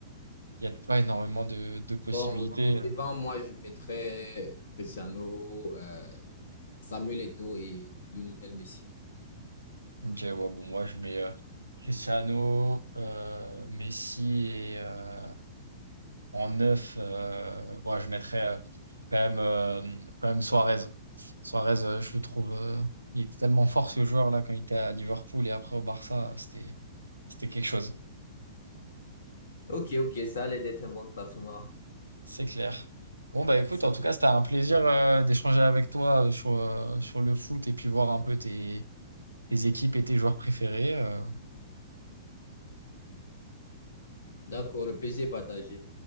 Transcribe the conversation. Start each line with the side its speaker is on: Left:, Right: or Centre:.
Right: il y a pas énormément de, de possibilités.
Left: Bon, pour devant, moi, je mettrais Cristiano, euh, Samuel Eto'o et Lionel Messi.
Right: Ok, ouais, bon, moi je mets euh, Cristiano, euh, Messi et euh, en neuf, euh, ouais, je mettrais euh, quand même, euh, quand même Suarez. Suarez, euh, je le trouve, euh, il est tellement fort ce joueur là quand il était à Liverpool et après au Barça, c'était, c'était quelque chose,
Left: Ok, ok, ça allait d'être un bon classement,
Right: c'est clair. Bon bah écoute,
Left: c'est
Right: en
Left: clair.
Right: tout cas c'était un plaisir euh, d'échanger avec toi euh, sur, euh, sur le foot et puis voir un peu tes, tes équipes et tes joueurs préférés. euh,
Left: D'accord, le plaisir est partagé.